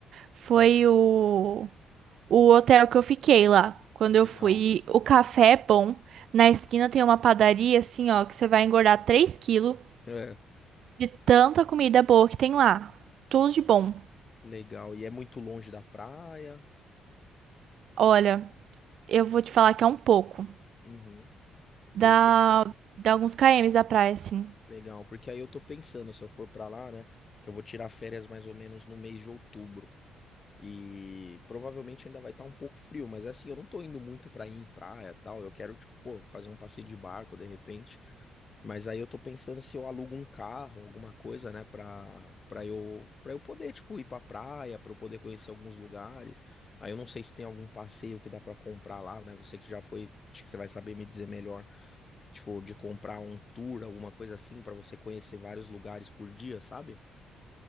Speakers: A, on the right; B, on the left.
A: Foi o, o hotel que eu fiquei lá quando
B: legal.
A: eu fui.
B: <laughs>
A: E O café é bom. Na esquina tem uma padaria, assim, ó, que você vai engordar 3 quilos
B: É,
A: de tanta comida boa que tem lá. Tudo de bom.
B: legal. E é muito longe da praia.
A: Olha, eu vou te falar que é um pouco.
B: Uhum.
A: Dá,
B: Porque,
A: dá alguns kms da praia, assim.
B: legal, porque aí eu tô pensando, se eu for pra lá, né, que eu vou tirar férias mais ou menos no mês de outubro. E provavelmente ainda vai estar um pouco frio, mas assim, eu não tô indo muito pra ir em praia e tal. Eu quero, tipo, pô, fazer um passeio de barco de repente. Mas aí eu tô pensando se eu alugo um carro, alguma coisa, né, pra, pra eu, pra eu poder, tipo, ir pra praia, pra eu poder conhecer alguns lugares. Aí eu não sei se tem algum passeio que dá pra comprar lá, né? Você que já foi, acho que você vai saber me dizer melhor, tipo, de comprar um tour, alguma coisa assim, pra você conhecer vários lugares por dia, sabe?